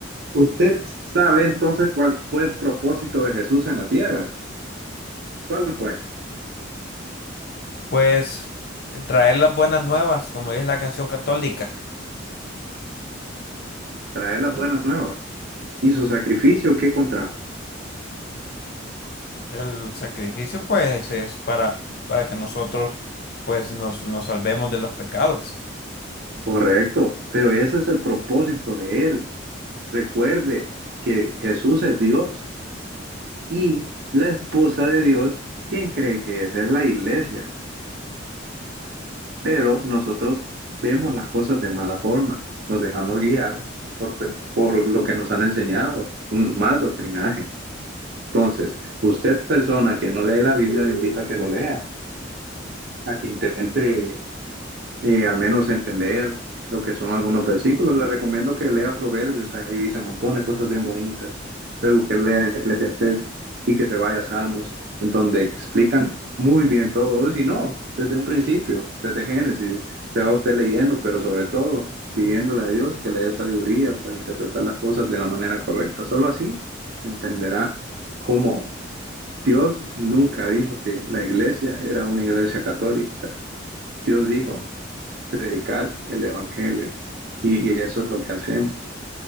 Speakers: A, on the right; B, on the left.
A: usted sabe entonces cuál fue el propósito de Jesús en la tierra. ¿Cuál fue?
B: Pues traer las buenas nuevas, como dice la canción católica.
A: Traer las buenas nuevas. ¿Y su sacrificio qué contrajo?
B: El sacrificio, pues, es para, para que nosotros, pues, nos, nos salvemos de los pecados.
A: Correcto, pero ese es el propósito de él. Recuerde que Jesús es Dios y la esposa de Dios, quien cree que esa es la iglesia, pero nosotros vemos las cosas de mala forma, nos dejamos guiar por, pe- por lo que nos han enseñado, un mal doctrinaje. Entonces, usted persona que no lee la Biblia, le invito a que lo lea, a que intente y al menos entender lo que son algunos versículos. Le recomiendo que lea Proverbios, ahí dice un montón de cosas bien bonitas. Luego que lea Eclesiastés y que se vaya a Salmos, en donde explican muy bien todo. Si no, desde un principio, desde Génesis, se va usted leyendo, pero sobre todo pidiéndole a Dios que le dé sabiduría para interpretar las cosas de la manera correcta. Solo así entenderá cómo Dios nunca dijo que la iglesia era una iglesia católica. Dios dijo, predicar el Evangelio. Y, y, eso es lo que hacemos.